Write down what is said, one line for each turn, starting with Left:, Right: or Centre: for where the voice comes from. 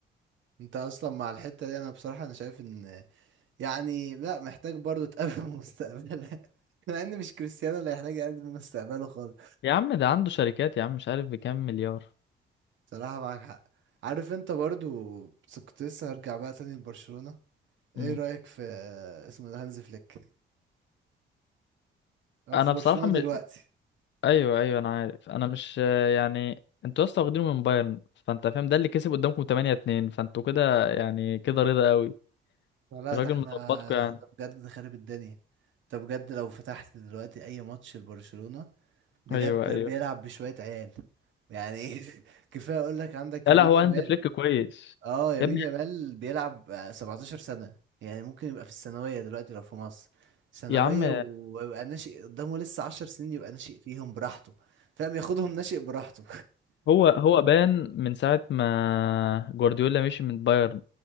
Right: انت اصلا مع الحتة دي انا بصراحة انا شايف ان يعني لا محتاج برضو تقابل <laughs> مستقبلها مع ان مش كريستيانو اللي هيحتاج يقدم مستقبله خالص
Left: يا عم ده عنده شركات يا عم مش عارف بكام مليار
Right: بصراحة معاك حق عارف انت برضو بس كنت لسه هرجع بقى تاني لبرشلونة
Left: مم.
Right: ايه رأيك في آه، اسمه ده هانز فليك او
Left: انا
Right: في برشلونة
Left: بصراحه
Right: دلوقتي
Left: م... ايوه ايوه انا عارف انا مش يعني انتوا اصلا واخدينه من بايرن فانت فاهم ده اللي كسب قدامكم 8 2 فانتوا كده يعني كده رضا قوي
Right: لا
Left: الراجل
Right: ده احنا
Left: مظبطكم يعني
Right: ده بجد خارب الدنيا انت بجد لو فتحت دلوقتي اي ماتش لبرشلونة بجد
Left: ايوه ايوه
Right: بيلعب بشوية عيال يعني <laughs> ايه كفاية اقول لك عندك
Left: لا
Right: يمين
Left: لا هو
Right: يامال
Left: هانز فليك كويس
Right: اه يمين
Left: يا ابني
Right: يامال بيلعب آه، 17 سنة يعني ممكن يبقى في الثانوية دلوقتي لو في مصر ثانوية
Left: يا عم
Right: ويبقى ناشئ قدامه لسه 10 سنين يبقى ناشئ فيهم براحته فاهم ياخدهم ناشئ براحته
Left: هو هو بان من ساعة ما جوارديولا مشي من بايرن